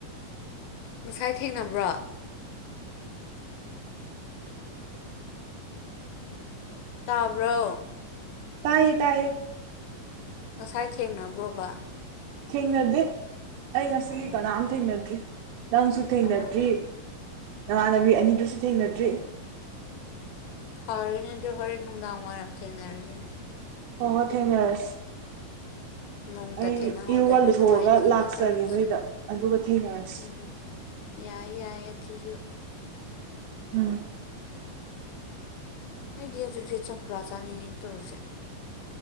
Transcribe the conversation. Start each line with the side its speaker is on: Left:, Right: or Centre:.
Left: ꯉꯁꯥꯏ ꯊꯦꯡꯅꯕ꯭ꯔꯣ ꯇꯥꯕ꯭ꯔꯣ
Right: ꯇꯥꯏꯌꯦ ꯇꯌꯦ
Left: ꯉꯁꯥꯏ ꯊꯦꯡꯅꯕ꯭ꯔꯣꯕ
Right: ꯊꯦꯡꯅꯗꯦ ꯑꯩ ꯉꯁꯤꯒꯤ
Left: ꯑꯣ
Right: ꯀꯅꯥꯝ ꯊꯦꯡꯅꯗ꯭ꯔꯤ ꯅꯪꯁꯨ ꯊꯦꯡꯅꯗ꯭ꯔꯤ
Left: ꯑꯣ ꯑꯣ
Right: ꯅꯃꯥꯟꯅꯕꯤ ꯑꯅꯤꯗꯨꯁꯨ ꯊꯦꯡꯅꯗ꯭ꯔꯤ
Left: ꯐꯔꯅꯦ ꯑꯗꯣ ꯍꯣꯔꯦꯟ ꯅꯨꯡꯗꯥꯡ ꯋꯥꯏꯔꯝ ꯊꯦꯡꯅꯔꯁꯤꯅꯦ
Right: ꯍ ꯊꯦꯡꯅꯔꯁ
Left: ꯅꯣꯡꯇ
Right: ꯑꯩ
Left: ꯊꯦꯡꯅꯍꯧꯗ꯭ꯔꯗꯤ
Right: ꯏꯔꯨꯕꯥ ꯂꯧꯊꯣꯛꯑꯒ
Left: ꯅꯨꯡꯉꯥꯏꯇꯦꯅꯦ
Right: ꯂꯥꯛꯆꯒꯦ
Left: ꯇꯧꯔꯤꯁꯦ
Right: ꯅꯣꯏꯗ ꯑꯗꯨꯒ ꯊꯦꯡꯅꯔꯁꯤ
Left: ꯎꯝ ꯌꯥꯏ ꯌꯥꯏ ꯑꯗꯨꯁꯨ
Right: ꯎꯝ
Left: ꯑꯩꯗꯤ ꯍꯧꯖꯤꯛ ꯍꯧꯖꯤ ꯆꯝꯄ꯭ꯔꯥ ꯆꯥꯅꯤꯡꯉꯦꯅ ꯇꯧꯔꯤꯁꯦ